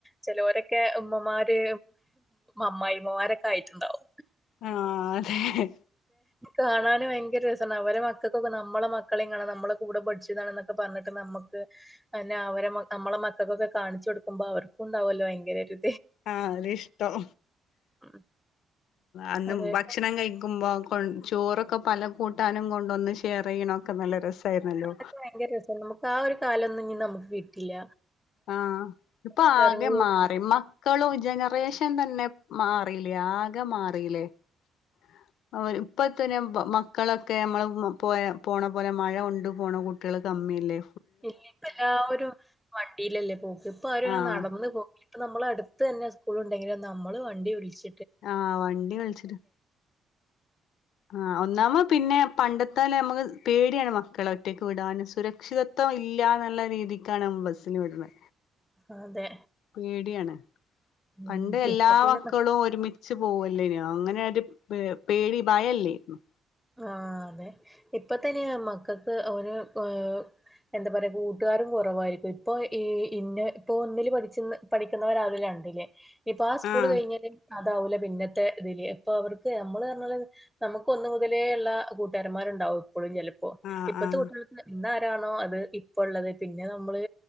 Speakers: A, in the centre; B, on the left (about 75°).
A: ചിലൊരൊക്കെ ഉമ്മമാര് അമ്മായിമ്മമാരൊക്കെ ആയിട്ട്ണ്ടാവും
B: ആഹ് അതെ
A: കാണാന് ഭയങ്കര രസണ്ടാവും അവരെ മക്കൾക്കൊക്കെ നമ്മളെ മക്കളീം കാണാം നമ്മളെ കൂടെ പഠിച്ചതാണെന്നൊക്കെ പറഞ്ഞിട്ട് നമ്മക്ക് തന്നെ അവരെ നമ്മളെ മക്കൾക്കൊക്കെ കാണിച്ച് കൊട്ക്കുമ്പോ അവർക്കും ഉണ്ടാവോല്ലോ ഭയങ്കര ഒരു
B: ആ ഒരിഷ്ടം
A: ഉം
B: അന്ന്
A: അതെ
B: ഭക്ഷണം കഴിക്കുമ്പോ കൊണ് ചോറൊക്കെ പല കൂട്ടാനും കൊണ്ടൊന്ന് യെറിയിണൊക്കെ നല്ല രസായിരുന്നല്ലോ
A: അതൊക്കെ ഭയങ്കര രസാണ് നമുക്ക് ആ ഒരു കാലൊന്നും ഇഞ് നമ്മക്ക് കിട്ടില്ല
B: ആ ഇപ്പൊ
A: എല്ലാരും
B: ആകെ
A: കൂടി
B: മാറി മക്കളും ജനറേഷൻ തന്നെ മാറിലെ ആകെ മാറിലെ <unintelligible> ഇപ്പത്തെന്നെ മക്കളൊക്കെ നമ്മൾ പോയ പോണ പോലെ മഴ കൊണ്ട് പോണ കുട്ടികള് കമ്മിയല്ലെ
A: ഇല്ല ഇപ്പം എല്ലാവരും വണ്ടിയിലല്ലേ പോക്ക് ഇപ്പ ആരും
B: ആഹ്
A: അങ്ങനെ നടന്ന് പോക്കി ഇപ്പം നമ്മളെ അടുത്ത് തന്നെ സ്കൂൾ ഇണ്ടെങ്കിലും നമ്മള് വണ്ടി വിളിച്ച്
B: ആ വണ്ടി കളിച്ചിട്ട് ആ ഒന്നാമെ പിന്നെ പണ്ടത്തെലെ നമ്മക്ക് പേടിയാണ് മക്കളെ ഒറ്റക്ക് വിടാനും സുരക്ഷിതത്വം ഇല്ലാന്നുള്ള രീതിക്കാണ് ബസ്സിന് വിട്ണേ
A: അതെ
B: പേടിയാണ്
A: ഉം
B: പണ്ട് എല്ലാ
A: ഇപ്പൊ പിന്നെ
B: വക്കളും ഒരുമി ച്ച് പോവുല്ലേന്യാ അങ്ങനെര് പേ പേടി ഭയെല്ലെരുന്ന്
A: ആഹ് അതെ ഇപ്പതന്നെ മക്കക്ക് ഓര് ഏഹ് എന്താ പറയാ കൂട്ട്കാരും കൊറവായിരിക്കും ഇപ്പൊ ഈ ഇന്ന ഇപ്പൊ ഒന്നില് പഠിച്ച്ന്ന് പഠിക്ക്ന്നവരാവില്ല രണ്ടില് ഇപ്പ ആ സ്കൂള്
B: ആഹ്
A: കഴിഞ്ഞാല് അ ദാവൂലെ പിന്നത്തെ ഇദില് ഇപ്പൊ അവർക്ക് യമ്മള് പറഞ്ഞോലെ നമുക്ക് ഒന്ന്മു മുതലേയുള്ള കൂട്ടാരന്മാരുണ്ടാവും ഇപ്പോഴും ചെലപ്പോ
B: ആഹ്
A: ഇപ്പത്ത
B: ആഹ്
A: കുട്ടികൾക്ക് ഇന്നാ <unintelligible> അത് ഇപ്പൊള്ളത് പിന്നെ നമ്മള്